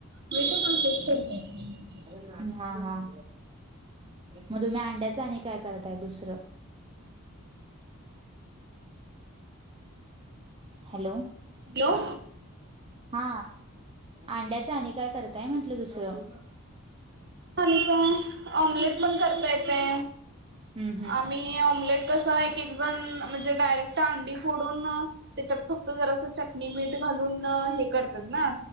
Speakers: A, on the right; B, on the right.
A: मी पण असेच करतय.
B: <unintelligible> हां- हां मग तुम्ही अंड्याच आणि काय करताय दुसरं! हॅलो
A: हॅलो
B: हा अंड्याच आणि काय करतय म्हंटलं दुसरं,
A: आणि का ऑमलेट पण करता येते
B: हम्म
A: आम्ही, कस एक एकण म्हणजे डायरेक्ट अंडी फोडून त्याच्या, फक्त जरा असं चटणी मीठ घालून हे करतात ना.